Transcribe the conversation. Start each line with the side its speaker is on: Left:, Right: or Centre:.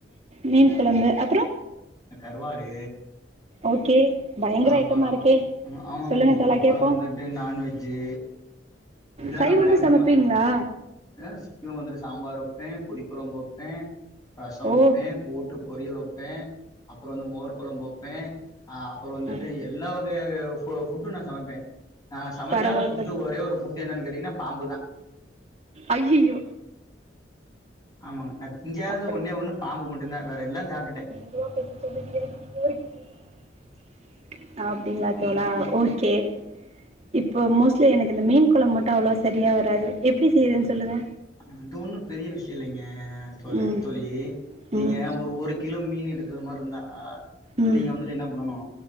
Right: மீன் குழம்பு அப்றோ
Left: அ கருவாடு
Right: ஓகே. பயங்கர
Left: அ அப்புறோ
Right: ஐட்டமாக இருக்கே
Left: அ ஆமாமாமா
Right: சொல்லுங்கள் தோழா
Left: அப்புறோ
Right: கேட்போம்
Left: வந்துட்டு நான்வெஜ்ஜு. இதெல்லா
Right: சைவமும்
Left: நா பயங்கரமா
Right: சமைப்பீங்களா
Left: அ <unintelligible> வந்துட்டு சாம்பார் வெப்பே புளி கொழம்பு வெப்பே ரசோ
Right: ஓ
Left: வெப்பே. கூட்டு பொரியல் வெப்பே அப்றோ வந்து மோர் கொழம்பு வெப்பே அ அப்றோ வந்துட்டு
Right: ம்
Left: எல்லா வகையா அய ஃபு ஃபுட்டு நா சமைப்பே. நா சமைக்காத
Right: பரவாயில்ல
Left: ஃபுட்டு ஒரே ஒரு ஃபுட்டு என்னனு கேட்டீங்கன்னா பாம்புதா.
Right: அய்யய்யோ.
Left: ஆமாங்க நா திங்காதது
Right: அப்படி
Left: ஒன்னே ஒன்னு பாம்பு மட்டுந்தா வேற எல்லாஞ் சாப்டுட்டே.
Right: <unintelligible> அப்டிங்ளா தோழா ஓ கே. இப்போ மோஸ்ட்லி எனக்கு இந்த மீன் கொழம் மட்டு அவ்ளோவா செரியா வராது எப்டி செய்றேன் சொல்லுங்க.
Left: அது ஒன்னு பெரிய விஷ்யோ இல்லைங்க தோழி
Right: ம்
Left: தோழி.
Right: ம்
Left: நீங்க ஒரு ஒரு கிலோ மீன் எடுக்கற மார்ருந்தா
Right: ம்
Left: நீங்க வந்துட்டு என்ன பண்ணனு